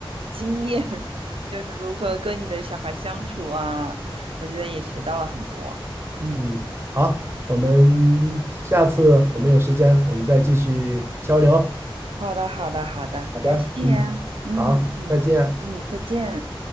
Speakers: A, on the right; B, on the right.
A: 经验，<laughs> 就是如何跟你的小孩相处啊，我觉得也学到了很多。嗯，
B: 嗯，好，我们下次我们有时间，我们再继续交流。
A: 好的，好的，好的，
B: 好的，
A: 感谢啊嗯嗯嗯，
B: 嗯，好，再见。
A: 再见。